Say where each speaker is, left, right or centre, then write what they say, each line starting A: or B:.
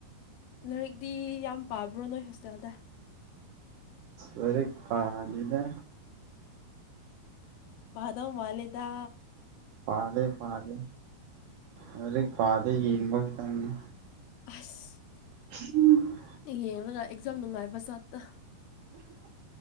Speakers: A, on the left (about 75°); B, on the right (about 65°).
A: ꯂꯥꯏꯔꯤꯛꯗꯤ ꯌꯥꯝ ꯄꯥꯕ꯭ꯔꯣ ꯅꯣꯏ ꯍꯣꯁꯇꯦꯜꯗ
B: ꯂꯥꯏꯔꯤꯛ ꯄꯥꯗꯦꯗ
A: ꯄꯥꯗꯧ ꯃꯥꯂꯦꯗ
B: ꯄꯥꯗꯦ ꯄꯥꯗꯦ ꯂꯥꯏꯔꯤꯛ ꯄꯥꯗꯦ ꯌꯦꯡꯕ ꯈꯛꯇꯪꯅꯤ
A: ꯑꯁ
B: <unintelligible>
A: ꯌꯦꯡꯉꯒ ꯑꯦꯛꯖꯥꯝ ꯅꯨꯡꯉꯥꯏꯕ ꯆꯥꯠꯇꯣ